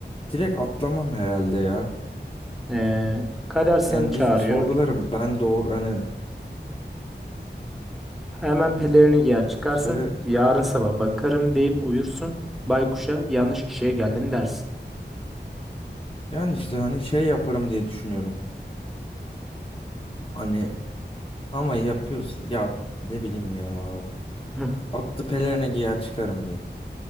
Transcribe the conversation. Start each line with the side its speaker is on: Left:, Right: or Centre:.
Left: direkt atlamam herhalde ya.
Centre: E, kader seni
Left: Yani
Centre: çağırıyor.
Left: bir sorgularım ben doğru hani
Centre: Hemen pelerini giyer çıkarsın.
Left: söyle
Centre: Yarın sabah bakarım deyip uyursun. Baykuşa yanlış kişiye geldin dersin.
Left: Yani işte hani şey yaparım diye düşünüyorum. Hani ama yapıyorsun ya ne bileyim ya.
Centre: Hı.
Left: Attı pelerine giyer çıkarım diyeyim.